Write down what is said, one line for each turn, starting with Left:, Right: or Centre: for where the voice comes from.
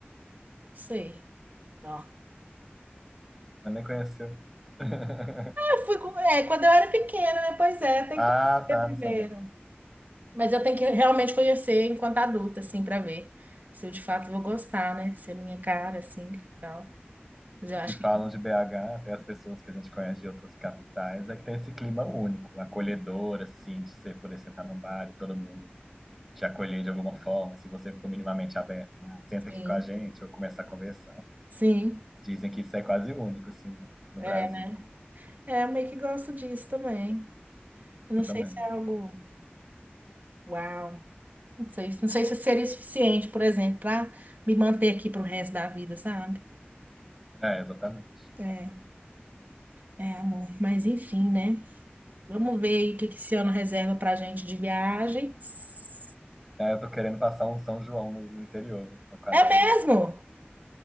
Right: sei. Não.
Centre: mas nem conheceu. <laughs>
Right: Eu fui, com- é, quando eu era pequena, né? Pois é, tem
Centre: Ah,
Right: que conhecer
Centre: tá,
Right: primeiro.
Centre: não sabia.
Right: Mas eu tenho que realmente conhecer enquanto adulta, assim, pra ver se eu de fato vou gostar, né? Se é minha cara, assim, e tal. Mas eu
Centre: O
Right: acho
Centre: que falam
Right: que
Centre: de BH, até as pessoas que a gente conhece de outras capitais, é que tem esse clima único, acolhedor, assim, de você poder sentar num bar e todo mundo te acolher de alguma forma, se você for minimamente aberto, né? Senta
Right: sim.
Centre: aqui com a gente ou começa a conversar.
Right: Sim,
Centre: Dizem que isso é quase único, assim, no no
Right: é,
Centre: Brasil.
Right: né? É, eu meio que gosto disso também. Eu
Centre: Eu
Right: não sei
Centre: também.
Right: se é algo. Uau! Não sei, não sei se seria o suficiente, por exemplo, pra me manter aqui pro resto da vida, sabe?
Centre: É, exatamente.
Right: É. É, amor, mas enfim, né? Vamos ver aí o que que esse ano reserva pra gente de viagens.
Centre: É, eu tô querendo passar um São João no, no interior, uma quadrilha,
Right: É mesmo?
Centre: sabe?